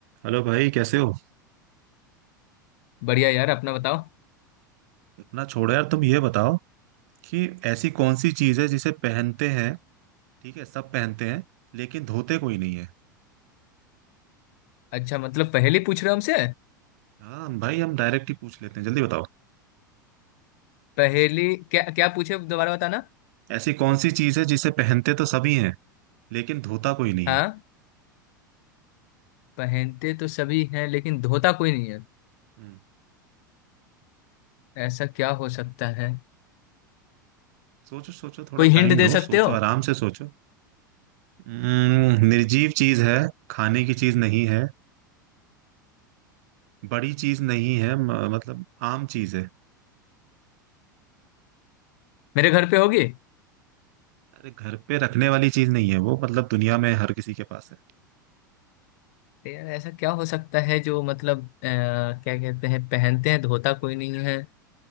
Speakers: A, on the right (about 50°); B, on the left (about 50°).
A: Hello भाई कैसे हो
B: बढ़िया यार अपना बताओ
A: इतना छोड़ो यार तुम ये बताओ कि ऐसी कौन सी चीज है जिसे पहनते हैं ठीक है सब पहनते हैं लेकिन धोते कोई नहीं है
B: अच्छा मतलब पहेली पूछ रहे हो हमसे
A: हाँ भाई हम डायरेक्ट ही पूछ लेते हैं जल्दी बताओ
B: पहेली क्या क्या पूछे दोबारा बताना
A: ऐसी कौन सी चीज है जिसे पहनते तो सभी हैं लेकिन धोता कोई नहीं
B: हाँ
A: है
B: पहनते तो सभी हैं लेकिन धोता कोई नहीं है
A: हम्म
B: ऐसा क्या हो सकता है
A: सोचो सोचो थोड़ा
B: कोई हिंट
A: टाइम
B: दे
A: लो
B: सकते
A: सोचो
B: हो
A: आराम से सोचो हम्म, निर्जीव चीज है खाने की चीज नहीं है बड़ी चीज नहीं है म- मतलब आम चीज है
B: मेरे घर पे होगी
A: अरे घर पे रखने वाली चीज नहीं है वो मतलब दुनिया में हर किसी के पास है
B: तो यार ऐसा क्या हो सकता है जो मतलब अ, क्या कहते हैं पहनते हैं धोता कोई नहीं है